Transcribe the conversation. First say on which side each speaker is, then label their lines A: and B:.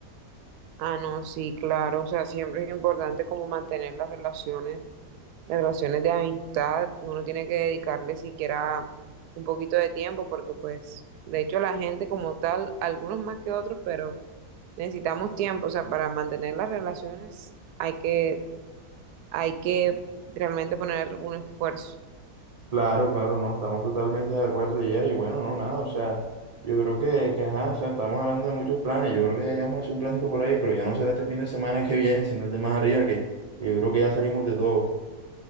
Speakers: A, on the right; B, on the right.
A: Ah, no, sí, claro. O sea, siempre es importante como mantener las relaciones Las relaciones de amistad, uno tiene que dedicarle siquiera un poquito de tiempo porque pues, de hecho, la gente como tal, algunos más que otros, pero necesitamos tiempo, o sea, para mantener las relaciones hay que, hay que realmente poner un esfuerzo.
B: Claro, claro, no, estamos totalmente de acuerdo, Yera, y bueno, no, nada, o sea, yo creo que, que ajá, o sea, estamos hablando de muchos planes, yo creo que deberíamos hacer un plancito por ahí, pero ya no será este fin de semana que viene, sino el de más arriba, que, que yo creo que ya salimos de todo.